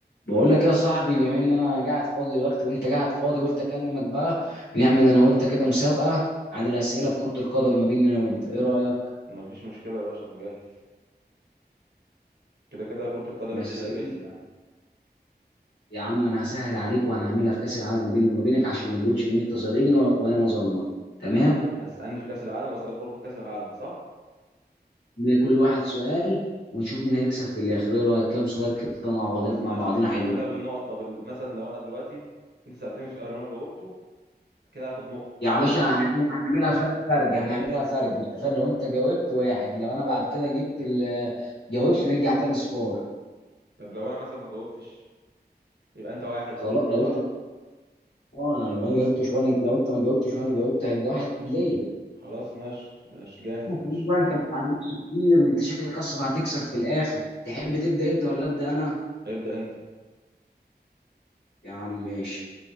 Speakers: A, on the left (about 80°); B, on the right (about 80°).
A: بقول لك يا صاحبي بما ان انا قاعد فاضي دلوقتي وانت قاعد فاضي قلت اكلمك بقى نعمل انا وانت كده مسابقه عن الاسئله في كره القدم ما بيننا انا وانت ايه رايك
B: ما فيش مشكلة يا باشا أنا جاهز كده كده كرة القدم
A: بس
B: دي لعبتي
A: ايه
B: يعني
A: يا عم انا هسهل عليك وهنعملها في كاس العالم ما بيني وما بينك عشان ما تقولش ان انت ظالمني و- ولا انا ظالمك تمام
B: هتسألني في كأس العالم وأسألك برضه في كأس العالم صح؟
A: إن كل واحد سؤال ونشوف مين هيكسب في الاخر ايه رايك كام سؤال
B: خ-
A: كده مع
B: خلاص
A: بعضنا مع
B: ماشي
A: بعضنا
B: هنعملها
A: حلوين
B: بالنقط طب ال- مثلا لو أنا دلوقتي أنت سألتني سؤال وأنا جاوبته كده هاخد نقطة
A: يا
B: لو
A: باشا
B: طب
A: هنعملها هنعملها فرق فرق هنعملها فرق انت فاهم لو انت جاوبت واحد لو انا بعد كده جبت ال... جاوبت نرجع تاني صفار
B: طب لو أنا مثلا ما جاوبتش يبقى أنت واحد
A: خلاص
B: برضه
A: لو
B: صح؟
A: انت اه انا لو ما جاوبتش وانا لو انت ما جاوبتش وانا جاوبت هيبقى واحد ليا
B: خلاص ماشي ماشي جاهز
A: بقول
B: يا باشا
A: بقى انت ما تعلمتش كتير انت شكلك اصلا هتكسب في الاخر تحب تبدا انت ولا ابدا انا
B: ابدأ أنت
A: يا عم ماشي